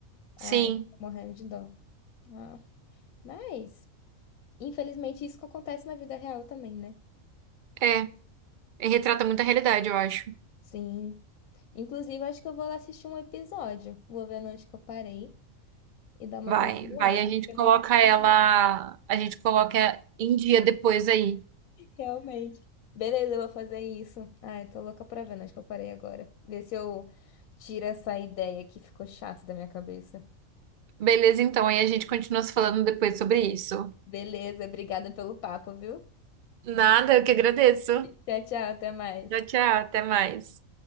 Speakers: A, on the right (about 60°); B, on the left (about 80°).
A: Sim,
B: Ai, morrendo de dó. Ah, mas, infelizmente, isso que acontece na vida real também, né?
A: é. E retrata muita realidade, eu acho.
B: Sim. Inclusive, acho que eu vou lá assistir um episódio. Vou ver onde que eu parei e dar uma
A: Vai,
B: continuada.
A: vai, a gente
B: Fiquei
A: coloca
B: morrendo
A: ela,
B: de rir,
A: a gente coloca em dia depois aí.
B: realmente. Beleza, eu vou fazer isso. Ai, tô louca pra ver onde que eu parei agora. Ver se eu tiro essa ideia que ficou chata da minha cabeça.
A: Beleza, então, aí a gente continua se falando depois sobre isso.
B: Beleza, obrigada pelo papo, viu?
A: Nada, eu que agradeço.
B: Tchau, tchau, até mais.
A: Tchau, tchau, até mais.